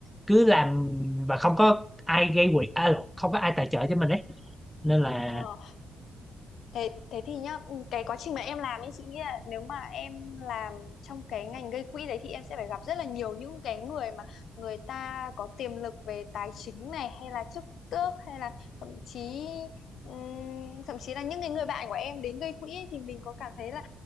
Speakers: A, in the centre; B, on the left.
A: cứ làm và không có ai gây quỹ à, không có ai tài trợ cho mình ấy nên là
B: ờ, thế thế thì nhá ừ, cái quá trình mà em làm ấy chị nghĩ là nếu mà em làm trong cái ngành gây quỹ đấy thì em sẽ phải gặp rất là nhiều những cái người mà người ta có tiềm lực về tài chính này hay là chức tước hay là thậm chí ừm, thậm chí là những cái người bạn của em đến gây quỹ ấy, thì mình có cảm thấy là